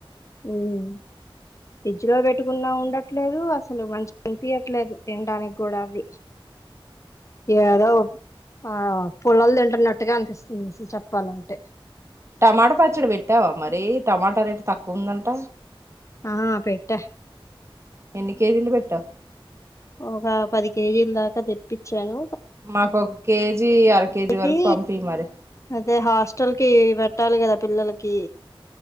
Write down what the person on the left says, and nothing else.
ఉమ్ ఫ్రిడ్జ్ లో పెట్టుకున్నా ఉం ఉండట్లేదు అసలు మంచి అనిపయట్లేదు తినటానికి కూడా అవి ఏదో ఆ పుల్లలు తింటున్నట్టుగా అనిపిస్తుంది అసలు చెప్పాలంటే
ఆ పెట్ట
ఒక పది కేజీల్ దాకా తెప్పిచ్చాను
కి
అదే హాస్టల్ కి పెట్టాలి కదా పిల్లలకి